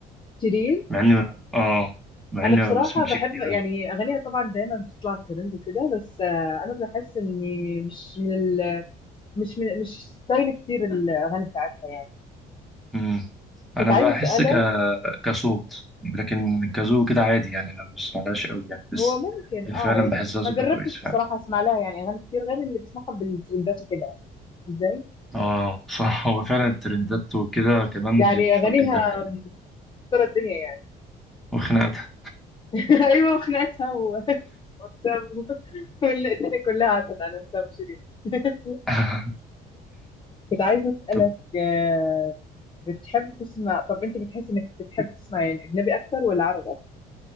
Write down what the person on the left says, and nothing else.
شيرين
انا
بصراحه
بحب
يعني اغانيها طبعا دايما بتطلع ترند وكده بس آه، انا بحس اني مش من ال... مش من- مش ستايل كتير الاغاني بتاعتها يعني
كنت عايزه
اسالك
هو ممكن
اه يعني
ما
جربتش
بصراحه اسمع لها يعني اغاني كتير غير اللي بسمعهم بالترندات وكده ازاي
يعني
اغانيها
مكسره
الدنيا يعني
<laughs> ايوه وخناقتها و- وحسام <laughs> وال- الدنيا كلها عارفه عن حسام وشيرين <laughs>
كنت عايزه اسالك
آه، بتحب تسمع طب انت بتحس انك بتحب تسمع يعني اجنبي اكتر ولا عربي اكتر؟